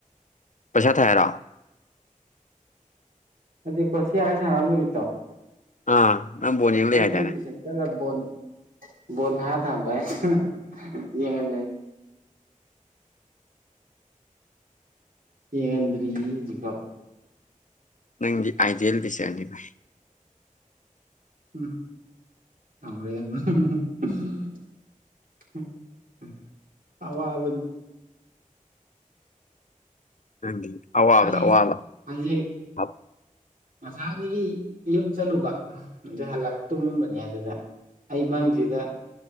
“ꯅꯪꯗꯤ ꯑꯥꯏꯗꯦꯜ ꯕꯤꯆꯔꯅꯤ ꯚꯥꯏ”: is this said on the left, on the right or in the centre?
Left